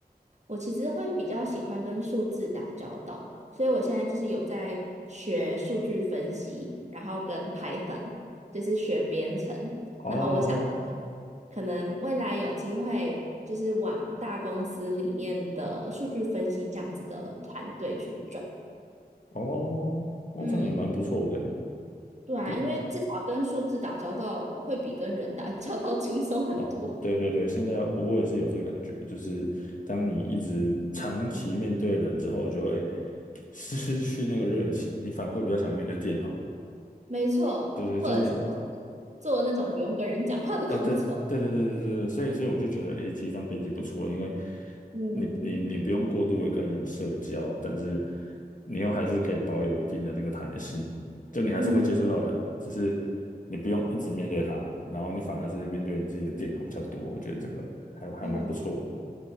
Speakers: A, on the right (about 45°); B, on the left (about 55°).
A: 我其实会比较喜欢跟数字打交道，所以我现在就是有在学数据分析，然后跟 Python 就是学编程，
B: 哦
A: 然后我想可能未来有机会就是往大公司里面的数据分析这样子的团队去转。
B: 哦哦，
A: 嗯，
B: 这样也蛮不错的欸，
A: 对啊，
B: 比
A: 因为至少跟数字打交道会比跟人打交道 <laughs> 轻松很多。
B: 哦，对对对，现在我也是有这个感觉，就是当你一直长期面对人之后，就会 <laughs> 失去那个热情，你反而会比较想要面对电脑。
A: 没错，
B: 对对，
A: 或者是
B: 就是你
A: 做那种不用跟人讲话的工作。
B: 啊，对了，对对对对对对，所以所以我就觉得，诶，其实当编辑不错，因为
A: <laughs> 嗯
B: 你你你不用过度的跟人社交，但是你又还是可以保有一定的那个弹性，就你还是会接触到人，
A: 嗯
B: 只是你不用一直面对他，然后你反而是面对你自己的电脑比较多，我觉得这个还还蛮不错的。
A: 嗯，